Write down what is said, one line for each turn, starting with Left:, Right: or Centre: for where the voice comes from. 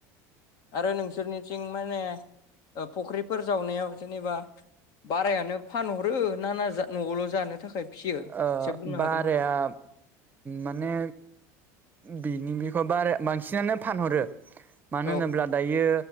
Left: आरो नोंसोरनिथिं माने फुख्रिफोर जावनायाव जेनेबा बारायानो फानहरो ना ना न'आवल' जानो थाखाय फिसियो
Right: ओ
Left: एसे बुंनो
Right: बाराया
Left: हागोन नामा
Right: माने बिनि बेखौ बारा बांसिनानो फानहरो मानो
Left: औ
Right: होनोब्ला दायो